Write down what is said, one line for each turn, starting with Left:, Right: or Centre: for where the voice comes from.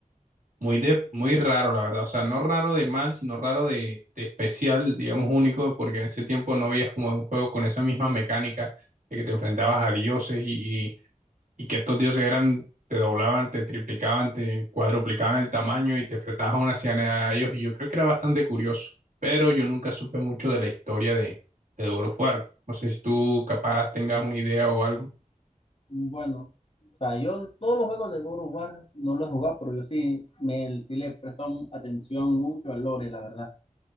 Right: muy, de, muy raro, la verdad. O sea, no raro de mal, sino raro de, de especial, digamos, único, porque en ese tiempo no veías como un juego con esa misma mecánica de que te enfrentabas a dioses y, y que estos dioses eran, te doblaban, te triplicaban, te cuadruplicaban el tamaño y te enfrentabas a una cianea a ellos. Y yo creo que era bastante curioso, pero yo nunca supe mucho de la historia de, de God of War. No sé si tú capaz tengas una idea o algo.
Left: Bueno, o sea, yo todos los juegos de God of War no los he jugado, pero yo sí, me, sí le he prestado atención mucho al lore, la verdad.